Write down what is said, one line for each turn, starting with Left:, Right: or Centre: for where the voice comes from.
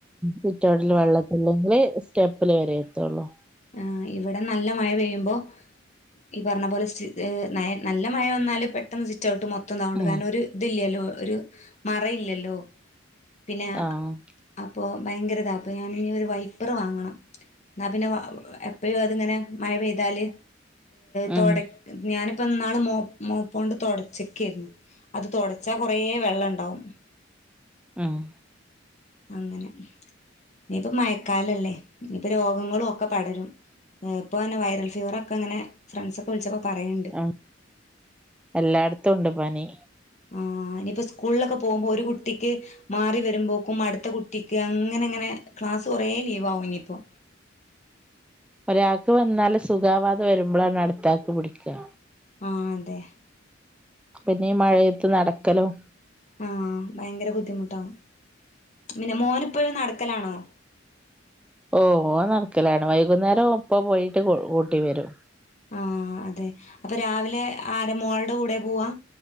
Centre: സിറ്റൗട്ടില് <unintelligible> സ്റ്റെപ്പില് വരെ എത്തുള്ളൂ
Left: ആഹ് ഇവടെ നല്ല മഴ പെയ്യുമ്പോ ഈ പറഞ്ഞ പോലെ സി നല്ല മഴ വന്നാല് പെട്ടെന്ന് സിറ്റഔട്ട് മൊത്തം താവ്ണ്ട്
Centre: ഉം
Left: കാരണം ഒരു ഇതില്ലല്ലോ ഒരു മറയില്ലല്ലോ പിന്നെ
Centre: ആഹ്
Left: അപ്പോ ഭയങ്കരതാ അപ്പ ഞാന് ഒരു വൈപ്പറ് വാങ്ങണം എന്നാ പിന്നെ എപ്പഴും അതിങ്ങനെ മഴ പെയ്താല് തൊട
Centre: ഉം
Left: ഞാനിപ്പോ ന്നാള് മോ മോപ്പൊണ്ട് തുടച്ചക്കെരുന്നു അത് തോ ച്ചാ കൊറേ വെള്ളം ഇണ്ടാവും
Centre: ആഹ്
Left: അങ്ങനെ ഇനിപ്പ മയക്കാലല്ലേ ഇനിപ്പോ രോഗങ്ങളും ഒക്കെ പടരും ഇപ്പോ തന്നെ വൈറൽ ഫീവറൊക്കെങ്ങനെ ഫ്രണ്ട്സൊക്കെ വിളിച്ചപ്പോ പറയ്ണ്ട്
Centre: ഉം എല്ലാട്ത്തും ണ്ട് പനി
Left: ആ ഇനിയിപ്പോ സ്കൂളിലൊക്കെ പോകുമ്പോ ഒരു കുട്ടിക്ക് മാറി വരുമ്പോക്കും അടുത്ത കുട്ടിക്ക് അങ്ങനങ്ങനെ ക്ലാസ് കൊറേ ലീവാവും ഇനിയിപ്പോ
Centre: ഒരാക്ക് വന്നാല് സുഖാവാതെ വെരുമ്പളാണ് അട്ത്താക്ക് പിടിക്കാ
Left: ആഹ് അതെ
Centre: പിന്നെ ഈ മഴേത്ത് നടക്കലും
Left: ആഹ് ഭയങ്കര ബുദ്ധിമുട്ടാവും പിന്നെ മോന് ഇപ്പഴും നടക്കലാണോ
Centre: ഓ ഓൻ നടക്കലാണ് വൈകുന്നേരം ഇപ്പ പോയിട്ട് കൂട്ടി വെരും
Left: ആഹ് അതെ അപ്പൊ രാവിലെ ആരെ മോൾടെ കൂടെ പോവാ